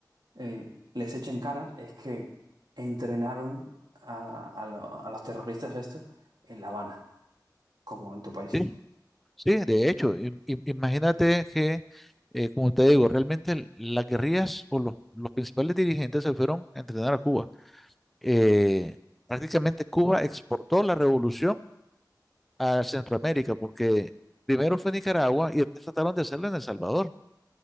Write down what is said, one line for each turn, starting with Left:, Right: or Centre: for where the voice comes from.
Right: eh, les echa en cara es que entrenaron a, a lo- a los terroristas esto en La Habana, como en tu país.
Centre: Sí. Sí, de hecho, im- im- imagínate que, eh, como te digo, realmente l- las guerrillas o los, los principales dirigentes se fueron a entrenar a Cuba. Eh, prácticamente Cuba exportó la revolución a Centroamérica porque primero fue Nicaragua y después trataron de hacerlo en El Salvador.